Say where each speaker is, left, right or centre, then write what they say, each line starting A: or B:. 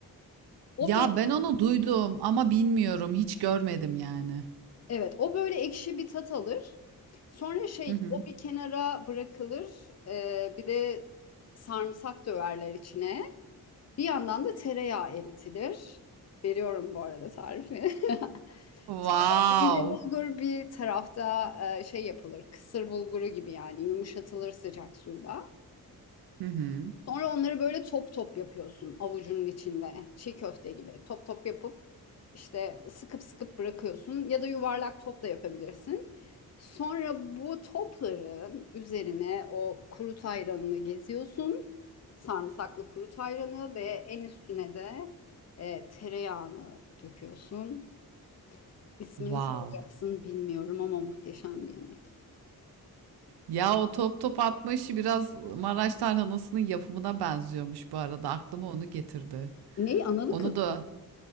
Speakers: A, on the left (about 45°); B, on the right (about 85°).
A: O
B: Ya
A: böyle,
B: ben onu duydum ama bilmiyorum, hiç görmedim yani.
A: evet, o böyle ekşi bir tat alır. Sonra şey,
B: Hı hı.
A: o bir kenara bırakılır. E, bir de sarımsak döverler içine. Bir yandan da tereyağı eritilir. Veriyorum bu arada tarifi. <laughs>
B: Wow.
A: Sonra ince bulgur bir tarafta e, şey yapılır. Kısır bulguru gibi yani yumuşatılır sıcak suyla.
B: Hı hı.
A: Sonra onları böyle top top yapıyorsun avucunun içinde. Çiğ köfte gibi top top yapıp işte sıkıp sıkıp bırakıyorsun ya da yuvarlak top da yapabilirsin. Sonra bu topların üzerine o kuru ayranını geziyorsun. Sarımsaklı kuru ayranı ve en üstüne de e, tereyağını döküyorsun. İsmini
B: Wow.
A: soracaksın bilmiyorum ama muhteşem bir yemek.
B: Ya o top top atma işi biraz Maraş tarhanasının yapımına benziyormuş bu arada. Aklıma onu getirdi.
A: Neyi? Analı
B: Onu
A: kızım.
B: da